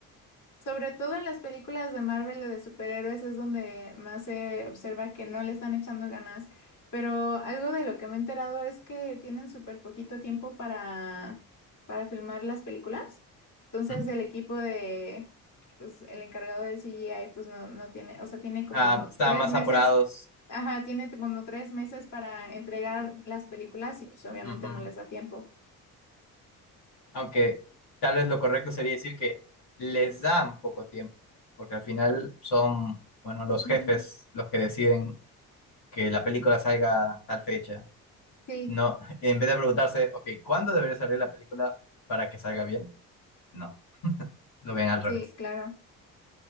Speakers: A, on the left (about 45°); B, on the left (about 65°).
A: Sobre todo en las películas de Marvel o de superhéroes es donde más se observa que no le están echando ganas. Pero algo de lo que me he enterado es que tienen súper poquito tiempo para, para filmar las películas. Entonces
B: ¿Mm?
A: el equipo de, pues el encargado del CGI, pues no, no tiene, o sea, tiene como
B: Ah, están
A: tres
B: más
A: meses,
B: apurados.
A: ajá, tiene como tres meses para entregar las películas y pues obviamente
B: Ujú.
A: no les da tiempo.
B: Aunque tal vez lo correcto sería decir que les dan poco tiempo, porque al final son, bueno, los jefes
A: Ujú.
B: los que deciden que la película salga tal fecha.
A: Sí,
B: No, <laughs> en vez de preguntarse, ok, ¿cuándo debería salir la película para que salga bien? No, lo ven al
A: sí,
B: revés.
A: claro.